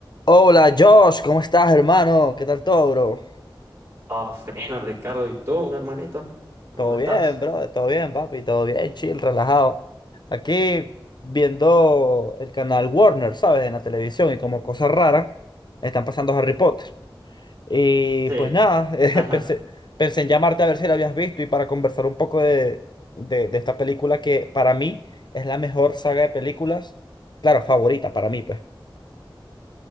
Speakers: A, on the left; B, on the right.
A: Hola Josh, ¿cómo estás, hermano? ¿Qué tal todo, bro?
B: Ah, fino, Ricardo. ¿Y tú, mi hermanito? ¿Cómo
A: Todo
B: estás?
A: bien, bro, todo bien, papi, todo bien, chill, relajado. Aquí viendo el canal Warner, ¿sabes? En la televisión y como cosa rara, están pasando Harry Potter. Y
B: Sí.
A: pues nada, <laughs> eh,
B: <laughs>
A: pensé, pensé en llamarte a ver si la habías visto y para conversar un poco de, de, de esta película que para mí es la mejor saga de películas, claro, favorita para mí, pues.